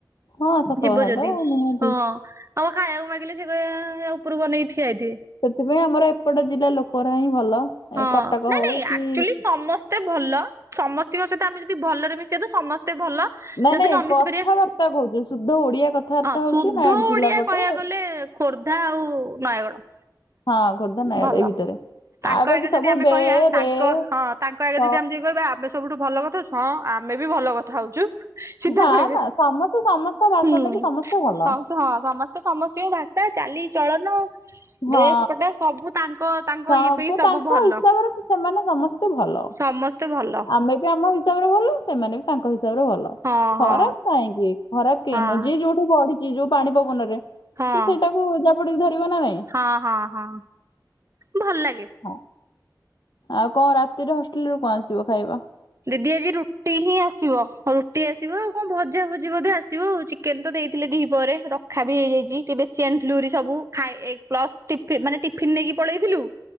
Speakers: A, on the left; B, on the right.
A: ହଁ ସତ
B: ଯିବ
A: କଥା
B: ଯଦି
A: ତ ନିହାତି।
B: ହଁ ଆଉ ଖାଇବାକୁ ମାଗିଲେ ସେ କଇ ହେ ଓପୁରୁକୁ ଅନେଇ ଠିଆ ହେଇଥିବେ।
A: ସେଥିପାଇଁ ଆମର ଏପଟ ଜିଲ୍ଲା ଲୋକରା ହିଁ ଭଲ।
B: ହଁ
A: ଏଇ କଟକ
B: ନାଇଁ
A: ହଉ
B: ନାଇଁ
A: କି
B: ଆକ୍ଚୁଆଲି ସମସ୍ତେ ଭଲ ସମ ସ୍ତିଙ୍କ ସହିତ ଆମେ ଯଦି ଭଲରେ ମିଶିବା ତ ସମସ୍ତେ ଭଲ
A: ନାଇଁ
B: ଯଦି
A: ନାଇଁ
B: ନ ମିଶି
A: କଥାବାର୍ତ୍ତା
B: ପାରିବା
A: କହୁଛୁ ଶୁଦ୍ଧ ଓଡିଆ କଥାବାର୍ତ୍ତା
B: ହଁ
A: ହଉଛୁ
B: ସୁଦ୍ଧ
A: ନୟାଗଡ
B: ଓଡିଆ
A: ଜିଲ୍ଲା ପଟେ
B: କହିବାକୁ
A: ହଁ
B: ଗଲେ ଖୋର୍ଦ୍ଧା ଆଉ ନୟାଗଡ
A: ହଁ ଖୋର୍ଦ୍ଧା ନୟାଗଡ
B: ଭଲ
A: ଏଇ ଭିତରେ
B: ତାଙ୍କ
A: ଆଉ
B: ଆଗରେ
A: ବାକି ସବୁ
B: ଯଦି ଆମେ
A: ବେ
B: କହିବା ତାଙ୍କ
A: ରେ
B: ହଁ ତାଙ୍କ ଆଗରେ
A: ସ
B: ଯଦି ଆମେ ଜାଇ କହିବା ଆପ ଆମେ ସବୁଠୁ ଭଲ କଥା ହଉଛୁ ହଁ ଆମେ ବି ଭଲ କଥା ହଉଛୁ ସିଧା
A: ନା
B: କହିବେ
A: ନା ସମସ୍ତେ ସମସ୍ତ ଭାଷା
B: ହୁଁ।
A: ନେଇକି ସମସ୍ତେ ଭଲ।
B: ସମସ୍ତେ ହଁ ସମସ୍ତେ ସମସ୍ତଙ୍କ ଭାଷା ଚାଲି ଚଳନ ଡ୍ରେସ
A: ହଁ
B: ପଟା ସବୁ ତାଙ୍କ ତାଙ୍କ
A: ସବୁ
B: ଇଏ ପାଇଁ
A: ତାଙ୍କ
B: ସବୁ ଭଲ।
A: ହିସାବରେ ସେମାନେ ସମସ୍ତେ ଭଲ
B: ସମସ୍ତେ ଭଲ
A: ଆମେ ବି ଆମ ହିସା ହିସାବରେ ଭଲ ସେମାନେ ବି ତାଙ୍କ ହିସାବରେ ଭଲ
B: ହଁ
A: ଖରାପ
B: ହଁ
A: କାହିଁକି ଖରାପ କେହି
B: ହଁ
A: ନୁହଁ ଯିଏ ଯୋଉଠି ବଢିଛି ଯୋଉ ପାଣି ପବନରେ
B: ହଁ
A: ସେ ସେଇଟାକୁ ଜାବୁଡ଼ିକି ଧରିବ ନା ନାଇଁ
B: ହଁ ହଁ ହଁ ଭଲ ଲାଗେ।
A: ହଁ ଆଉ କଣ ରାତିରେ ହଷ୍ଟେଲରୁ କଣ ଆସିବ ଖାଇବା?
B: ଦିଦି ଆଜି ରୁଟି ହିଁ ଆସିବ ରୁଟି ଆସିବ ଆଉ କଣ ଭଜା ଭଜି ବୋଧେ ଆସିବ ଆଉ ଚି କେନ ତ ଦେଇଥିଲେ ଦି ପହରେ ରଖା ବି ହେଇଯାଇଛି ଟିକେ ବେଶି ଆଣିଥିଲୁ ଭାରି ସବୁ ଖାଇ ଏ ପ୍ଲସ୍ ଟିଫିନ ମାନେ ଟିଫିନ ନେଇକି ପଳେଇଥିଲୁ